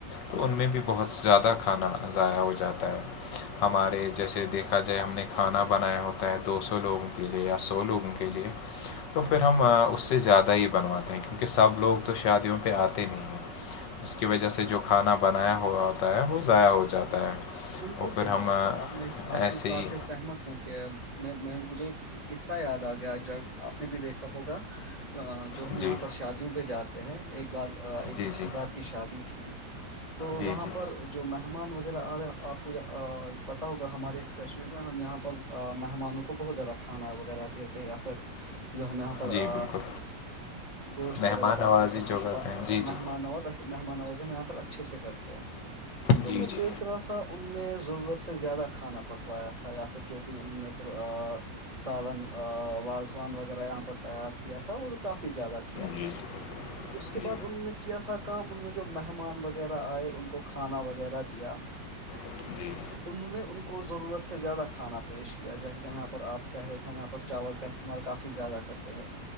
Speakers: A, on the left; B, on the right.
A: تو ان میں بھی بہت زیادہ کھانا ضائع ہو جاتا ہے ہمارے جیسے دیکھا جائے ہم نے کھانا بنایا ہوتا ہے دو سو لوگ کے لیے یا سو لوگوں کے لیے تو پھر ہم اس سے زیادہ ہی بنواتے ہیں کیونکہ سب لوگ تو شادیوں پہ آتے نہیں ہیں اس کی وجہ سے جو کھانا بنایا ہوا آتا ہے وہ ضائع ہو جاتا ہے
B: بالکل
A: اور پھر
B: صحیح
A: ہم
B: بات ہے آپ اس میں آپ
A: ایسے
B: کی اس بات
A: ہی
B: سے سہمت ہوں کہ م۔ مجھے قصہ یاد آ گیا آپ نے بھی دیکھا ہوگا جو ہم
A: جی
B: یہاں پر شادیوں پہ جاتے ہیں ایک بار ایک
A: جی
B: رشتے
A: جی
B: دار کی شادی تھی تو
A: جی
B: وہاں
A: جی
B: پر جو مہمان وغیرہ آ رہا آپ کو پتا ہوگا ہمارے اس کشمیر میں ہم یہاں پر مہمانوں کو بہت زیادہ کھانا وغیرہ دیے تھے یا پھر جو ہم یہاں پر
A: جی
B: آ
A: بالکل
B: گوشت
A: مہمان
B: وغیرہ باقی
A: نوازی
B: سب
A: جو
B: کچھ
A: کرتے ہیں جی
B: مہمان
A: جی
B: نواز مہمان نواز ہم یہاں پر اچھے سے کرتے ہیں تو
A: جی
B: میں
A: جی
B: دیکھ رہا تھا ان نے ضرورت سے زیادہ کھانا پکوایا تھا یا پھر جو بھی انہوں نے پھر آ سالن آ وازوان وغیرہ یہاں پر تیار کیا تھا وہ کافی زیادہ کیا
A: جی
B: تھا اس کے
A: جی
B: بعد انہوں نے کیا تھا کام انہوں نے جو مہمان وغیرہ آئے ان کو کھانا وغیرہ دیا
A: <inaudible>
B: انہوں نے ان کو ضرورت سے زیادہ کھانا پیش کیا جیسے کہ ہم یہاں پر آپ کہہ رہے تھے ہم یہاں پر چاول کا استعمال کافی زیادہ کرتے ہیں